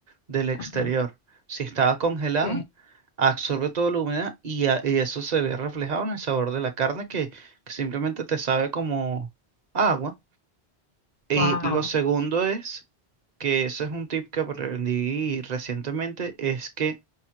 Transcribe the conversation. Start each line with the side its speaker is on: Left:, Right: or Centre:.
Right: del exterior.
Left: Ajá,
Right: Si estaba congelada,
Left: ok.
Right: absorbe toda la humedad y, a- y eso se ve reflejado en el sabor de la carne que, que simplemente te sabe como agua. Y
Left: Wow.
Right: lo segundo es, que eso es un tip que aprendí recientemente, es que